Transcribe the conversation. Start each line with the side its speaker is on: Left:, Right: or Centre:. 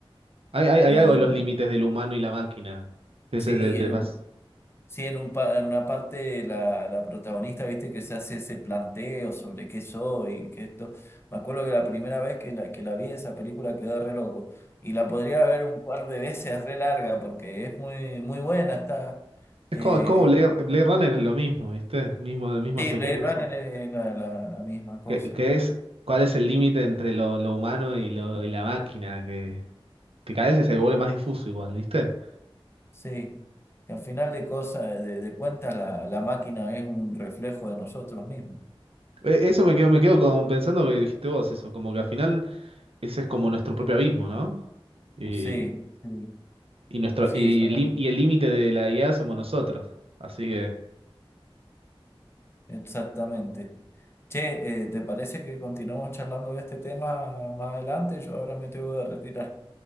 Right: Hay, hay,
Left: Y
Right: hay algo de los límites del humano y la máquina. Es,
Left: sí,
Right: es, es,
Left: en
Right: es más-
Left: un... Sí, en, un pa- en una parte la, la protagonista, viste, que se hace ese planteo sobre qué soy, qué esto. Me acuerdo que la primera vez que la, que la vi esa película quedé re loco. Y la podría ver un par de veces re larga porque es muy, muy buena, está.
Right: es
Left: eh,
Right: como, es como Blade, Blade Runner es lo mismo, ¿viste? Mismo, misma
Left: sí,
Right: secuencia.
Left: Blade Runner es la, la- la misma cosa.
Right: Que, que es cuál es el límite entre lo, lo humano y, lo, y la máquina, que, que cada vez se vuelve más difuso igual, ¿viste?
Left: Sí. Que al final de cosas, de, de cuentas, la, la máquina es un reflejo de nosotros mismos.
Right: Eh, Eso me quedo, me quedo con, pensando que dijiste vos eso, como que al final ese es como nuestro propio abismo, ¿no? Y,
Left: Sí, sí.
Right: y nuestro,
Left: Sí,
Right: y,
Left: somos.
Right: el lim- y el límite de la IA somos nosotros. Así que,
Left: Exactamente. Che, eh, ¿te parece que continuemos charlando de este tema más adelante? Yo ahora me tengo que retirar.